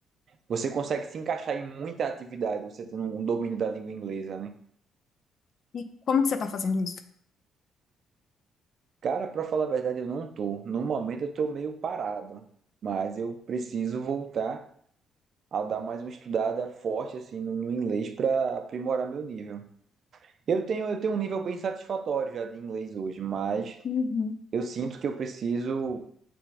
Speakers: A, on the right (about 50°); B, on the left (about 50°).
A: Você consegue se encaixar em muita atividade, você tendo um domínio da língua inglesa, né?
B: E como que você está fazendo isso?
A: Cara, pra falar a verdade, eu não tô. No momento eu tô meio parado, mas eu preciso voltar a dar mais uma estudada forte assim no, no inglês pra aprimorar meu nível. Eu tenho eu tenho um nível bem satisfatório já de inglês hoje, mas
B: Uhum.
A: eu sinto que eu preciso